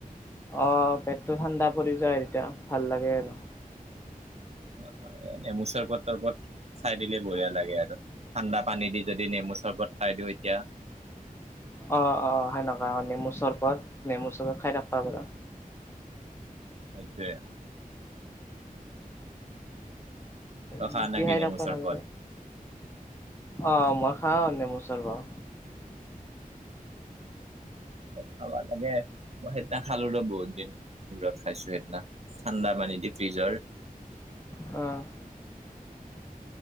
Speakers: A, on the left; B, on the right.
A: অ', পেটটো ঠাণ্ডা পৰি যায়, এতিয়া ভাল লাগে আৰু।
B: অ', নেমু ছপৰ্ত তপত চাই দিলে বঢ়িয়া লাগে আৰু, ঠাণ্ডা পানী দি যদি নেমু চৰ্বত খাই দিওঁ এতিয়া।
A: অ', অ', সেনেকুৱা নেমু চৰ্বত নেমু ছপৰ্ত খাই থাকিবা বাৰু।
B: সেইতোয়ে, তই
A: জুতি
B: খা না
A: খাই
B: কি নেমু
A: থাকব আপনালোকে,
B: চৰবত
A: অ', মই খাওঁ নেমু চৰবত।
B: খাবা লাগে, মই সেইদিনা খালো ৰ বহুত দিন। মূৰত খাইছোঁ সেইদিনা ঠাণ্ডা মানে দি ফ্ৰিজৰ
A: অ'